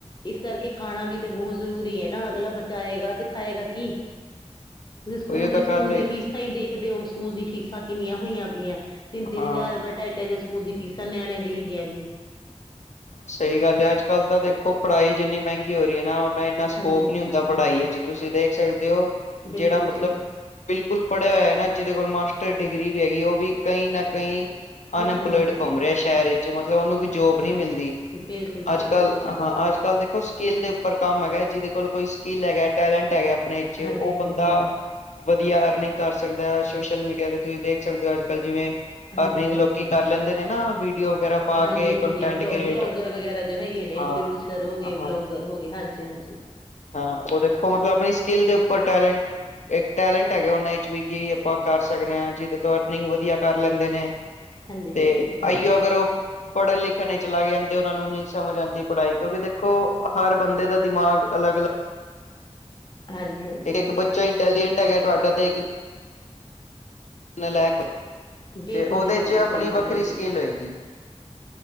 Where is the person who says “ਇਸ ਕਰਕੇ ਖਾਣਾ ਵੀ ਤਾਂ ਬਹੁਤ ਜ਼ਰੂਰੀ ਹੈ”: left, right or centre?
Left